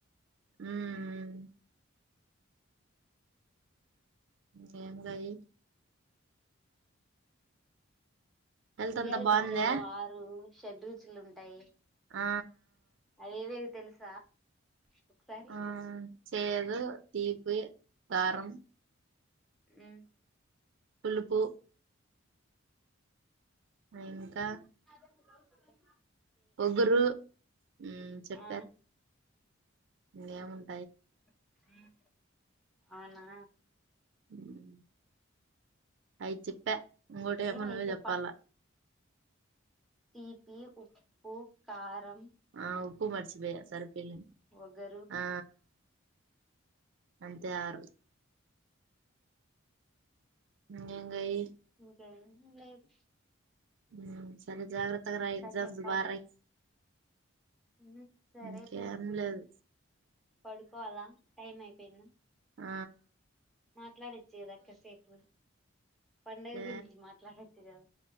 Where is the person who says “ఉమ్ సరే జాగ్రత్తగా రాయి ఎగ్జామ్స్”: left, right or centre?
Right